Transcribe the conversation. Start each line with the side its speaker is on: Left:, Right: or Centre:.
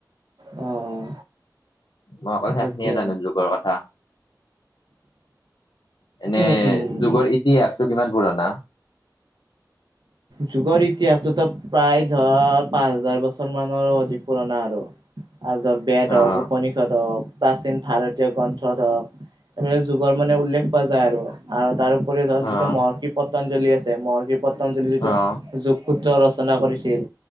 Right: অ, অ।
Left: মই অকল
Right: সেইটো
Left: সেখনিয়ে জানো যুগৰ কথা। <inaudible> এনে
Right: উম উম
Left: যুগৰ ইতিহাসটো কিমান পুৰণা?
Right: যুগৰ ইতিহাসটোতো প্ৰায় ধৰ' পাঁচ হাজাৰ বছৰ মানৰো অধিক পুৰণা আৰু। আৰু ধৰ বেড,
Left: অ',
Right: হওক উপনিষদ হওক প্ৰাচীন ভাৰতীয় গ্ৰন্থ ধৰক, এইবিলাক যুগৰ মানে উল্লেখ পোৱা যায় আৰু। আৰু তাৰ'ওপৰিও ধৰ
Left: অ',
Right: যিটো মহৰ্ষি পট্ঞ্জলি আছে, মহৰ্ষি পট্ঞ্জলিটো।
Left: অ',
Right: যোগসূত্ৰ ৰচনা কৰিছিল।